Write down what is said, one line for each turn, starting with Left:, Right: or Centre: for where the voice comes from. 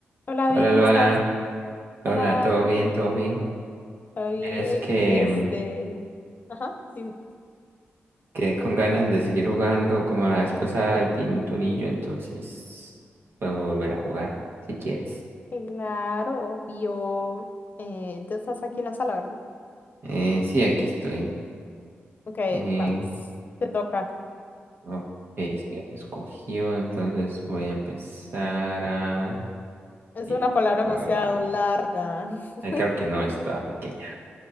Left: Hola, David,
Right: Hola,
Left: ¿cómo
Right: Luana.
Left: estás? Hola,
Right: Hola, ¿todo
Left: ¿todo
Right: bien?
Left: bien?
Right: ¿Todo bien?
Left: ¿Todo bien?
Right: Mira, es que
Left: Este,
Right: mm,
Left: ajá, dime.
Right: quedé con ganas de seguir jugando como la vez pasada al pinturillo, entonces podemos volver a jugar si quieres.
Left: Claro, obvio. Eh, ya estás aquí en la sala, ¿verdad?
Right: Eh, sí, aquí estoy.
Left: Ok,
Right: Eh,
Left: vamos, te toca.
Right: ok, esto ya se escogió, entonces voy a empezar a
Left: Es
Right: dibujar.
Left: una palabra demasiado larga. <laughs>
Right: Ay, creo que no estaba pequeña.